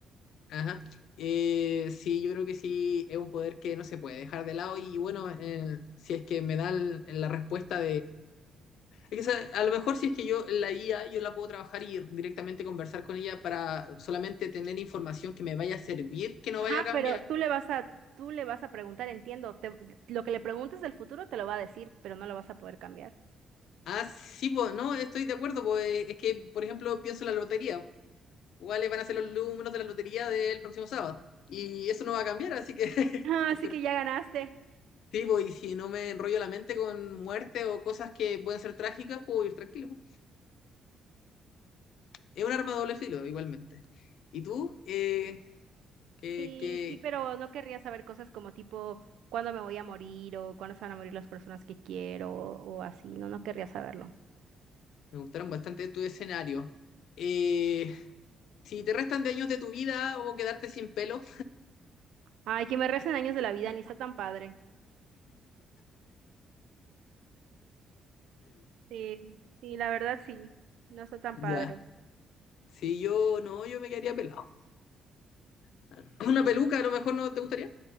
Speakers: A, on the left; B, on the right.
A: Ajá. Eh, sí, yo creo que sí es un poder que no se puede dejar de lado y bueno, eh, si es que me dan la respuesta Es que, ¿sabes? a lo mejor si es que yo la IA, yo la puedo trabajar y directamente conversar con ella para solamente tener información que me vaya a servir, que no
B: Ajá,
A: vaya a cambiar.
B: pero tú le vas a, tú le vas a preguntar, entiendo. te- lo que le preguntes del futuro te lo va a decir, pero no lo vas a poder cambiar.
A: Ah, sí, pues, no, estoy de acuerdo, pues eh, es que, por ejemplo, pienso en la lotería. ¿Cuáles van a ser los números de la lotería del próximo sábado? Y eso no va a cambiar, así que <laughs>
B: Ah,
A: es
B: así
A: perfecto.
B: que ya ganaste.
A: Sí, pues, y si no me enrollo la mente con muerte o cosas que pueden ser trágicas, puedo ir tranquilo. Es un arma de doble filo, igualmente. ¿Y tú? Eh, ¿qué,
B: Sí,
A: qué-
B: sí, pero no querría saber cosas como tipo cuándo me voy a morir o cuándo se van a morir las personas que quiero o así. No, no querría saberlo.
A: Me gustaron bastante tus escenarios. Eh, si te restan de años de tu vida o quedarte sin pelo,
B: Ay, que me recen años de la vida, ni está tan padre. Sí, sí, la verdad sí, no está tan
A: ya.
B: padre.
A: Si yo no, yo me quedaría pelado. <laughs> Una peluca a lo mejor no te gustaría.